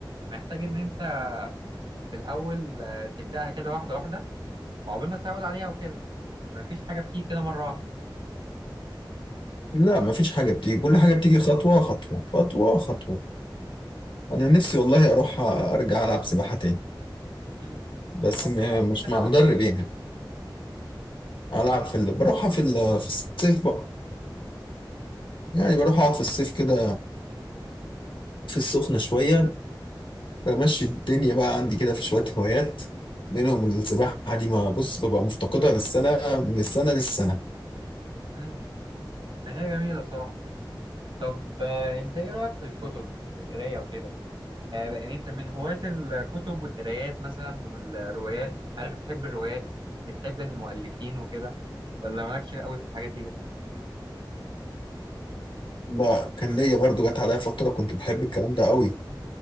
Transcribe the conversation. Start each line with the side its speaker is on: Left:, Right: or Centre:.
Right: محتاج ان انت في الاول آه، تبداها كده واحده واحده وعقبال ما تتعود عليها وكده مفيش حاجه بتيجي كده مره واحده
Left: لا مفيش حاجة بتيجي كل حاجة بتيجي خطوة خطوة خطوة خطوة انا نفسي والله اروح ارجع العب سباحة تاني
Right: امم
Left: بس
Right: طب ما
Left: م-
Right: تروح ايه
Left: مش
Right: اللي
Left: مع
Right: منعك
Left: مدرب يعني العب في ال... بروحها في ال... في الصيف بقى يعني بروح اقعد في الصيف كده في السخنة شوية بمشي الدنيا بقى عندي كده في شوية هوايات منهم السباحة دي ما بص ببقى مفتقدها للسنة من السنة للسنة
Right: امم ما هي جميله الصراحه طب آه، انت ايه رأيك في الكتب في القراية وكده آه، يعني انت من هواة الكتب والقرايات مثلا والروايات هل بتحب الروايات بتحب المؤلفين وكده ولا مالكش قوي في الحاجات ديت
Left: لا كان ليا برضو جت عليا فترة كنت بحب الكلام ده قوي